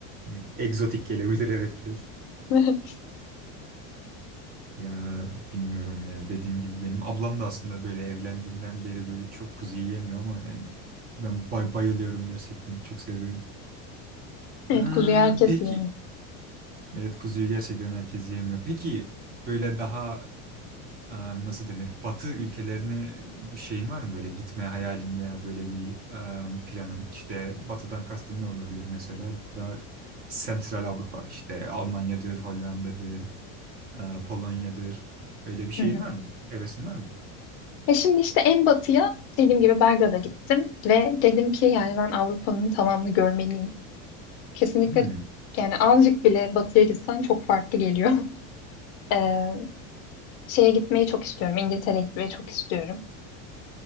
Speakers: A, on the right (about 25°); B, on the left (about 40°).
A: evet. egzotik gelebilir evet biraz.
B: <laughs>
A: Ya bilmiyorum ya. Dediğim gibi benim ablam da aslında böyle evlendiğinden beri böyle çok kuzu yiyemiyor ama yani ben bay- bayılıyorum gerçekten. Çok seviyorum.
B: Evet,
A: Ee,
B: kuzuyu herkes
A: peki
B: yiyemiyor.
A: evet kuzuyu gerçekten herkes yiyemiyor. Peki böyle daha e, nasıl denir? Batı ülkelerine bir şeyin var mı böyle gitme hayalin veya böyle bir e, planın? İşte batıdan kastım ne olabilir mesela? Daha Sentral Avrupa işte Almanya'dır, Hollanda'dır, e, Polonya'dır. Öyle bir şeyin
B: <laughs>
A: var mı? Hevesin var mı?
B: E şimdi işte en batıya dediğim gibi Belgrad'a gittim ve dedim ki yani ben Avrupa'nın tamamını görmeliyim. Kesinlikle
A: Hmm.
B: yani azıcık bile batıya gitsen çok farklı geliyor. <laughs> Ee, şeye gitmeyi çok istiyorum. İngiltere'ye gitmeyi çok istiyorum.